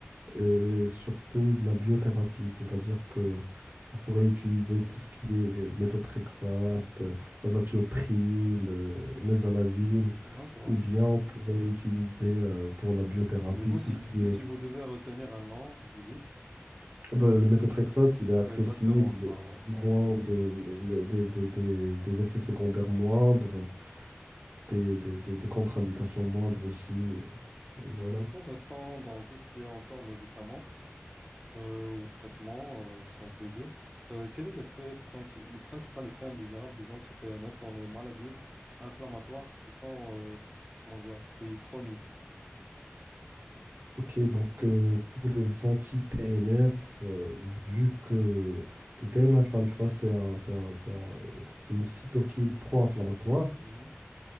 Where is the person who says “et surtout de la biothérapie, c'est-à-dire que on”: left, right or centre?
Right